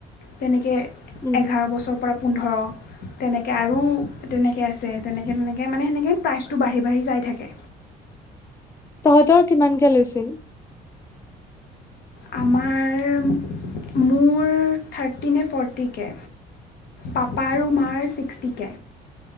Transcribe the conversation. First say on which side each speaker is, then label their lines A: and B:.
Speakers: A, on the left; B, on the left.
A: তেনেকৈ
B: উম
A: এঘাৰ বছৰ পোৰা পোন্ধৰ তেনেকে আৰু তেনেকে আছে তেনেকে তেনেকে মানে সেনেকে প্ৰাইচটো বাঢ়ি বাঢ়ি যাই থাকে
B: তহঁতৰ কিমানকে লৈছিল
A: আমাৰ মোৰ থাৰ্টি নে ফৰ্টিকে পাপা আৰু মাৰ ছিক্সটিকে